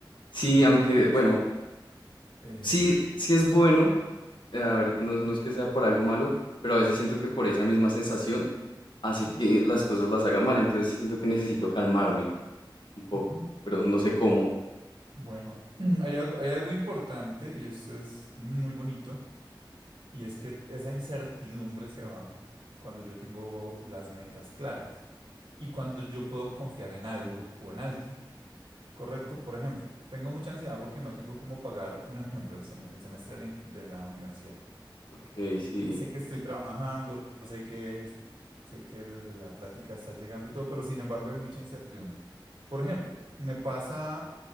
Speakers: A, on the left; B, on the right.
A: Sí,
B: Entonces,
A: aunque, bueno,
B: eh,
A: sí, sí es bueno. eh, A ver, no, es- no es que sea por algo malo, pero a veces siento que por esa misma sensación hace
B: ujú,
A: que las cosas las haga mal. Entonces siento que necesito calmarme un poco,
B: ujú.
A: pero no sé cómo.
B: Bueno, <clears throat> hay algo, hay algo importante y esto es muy bonito Y es que esa incertidumbre se va cuando yo tengo las metas claras y cuando yo puedo confiar en algo o en alguien. Correcto, por ejemplo, tengo mucha ansiedad porque no tengo cómo pagar, un ejemplo, el, sem- el semestre de la de la universidad
A: Ok, sí.
B: eh, sé que estoy trabajando, sé que, sé que la plática está llegando y todo, pero sin embargo hay mucha incertidumbre. Por ejemplo, me pasa